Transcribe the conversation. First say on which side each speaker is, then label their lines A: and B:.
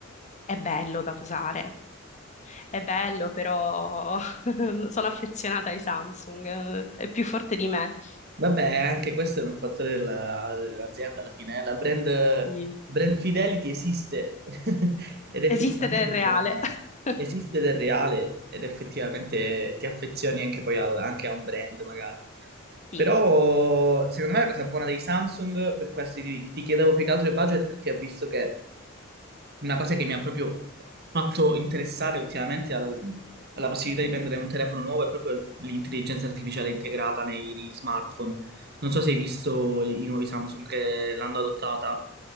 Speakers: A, on the left; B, on the right.
A: È bello da usare, è bello, però <laughs> sono affezionata ai Samsung, è più forte di me.
B: Vabbè, anche questo è un fattore della- dell'azienda alla fine, eh. La brand,
A: Sì.
B: brand fidelity esiste <laughs> ed è effettivamente
A: Esiste del reale.
B: importante.
A: <laughs>
B: Esiste del reale ed effettivamente ti affezioni anche poi al- anche a un brand magari.
A: Sì.
B: Però secondo me la cosa buona dei Samsung, per questo ti, ti chiedevo più che altro il budget perché ho visto che Una cosa che mi ha proprio fatto interessare ultimamente al- alla possibilità di prendere un telefono nuovo è proprio l'intelligenza artificiale integrata nei smartphone. Non so se hai visto i, i nuovi Samsung che l'hanno adottata,